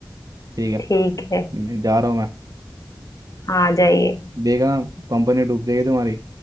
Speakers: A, on the right (about 55°); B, on the left (about 50°).
A: ठीक है
B: ठीक है
A: नहीं, जा रहा हूँ मैं
B: हाँ आ जाइए
A: देखा कंपनी डूब जाएगी तुम्हारी